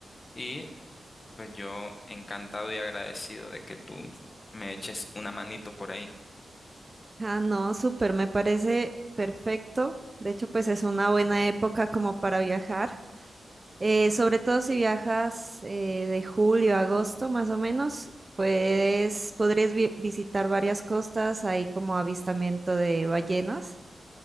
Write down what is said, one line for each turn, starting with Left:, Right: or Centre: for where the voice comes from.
Left: Y pues yo encantado y agradecido de que tú me eches una manito por ahí.
Right: Ah, no, súper, me parece perfecto. De hecho, pues es una buena época como para viajar. Eh, sobre todo si viajas eh, de julio a agosto más o menos, pues podrías vi- visitar varias costas, ahí como avistamiento de ballenas.